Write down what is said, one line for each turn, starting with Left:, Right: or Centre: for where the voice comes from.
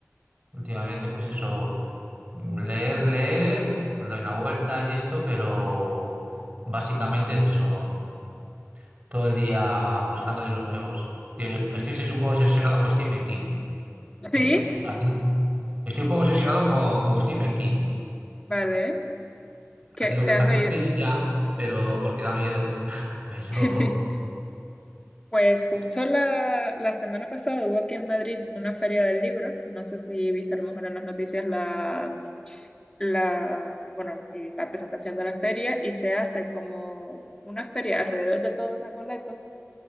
Right: Últimamente, pues eso, leer, leer, doy una vuelta y esto, pero básicamente es eso, todo el día buscando libros nuevos. Tío, yo estoy un poco obsesionado con Stephen King, que
Left: Sí,
Right: a ti- estoy un poco obsesionado con, con Stephen King.
Left: vale. ¿Qué,
Right: A ti no
Left: qué
Right: te,
Left: has
Right: a
Left: leído?
Right: ti no te diría, pero porque da miedo, <laughs> pero...
Left: <laughs> Pues justo la, la semana pasada hubo aquí en Madrid una feria del libro. No sé si viste a lo mejor en las noticias la, la, bueno, la presentación de la feria y se hace como una feria alrededor de todos Recoletos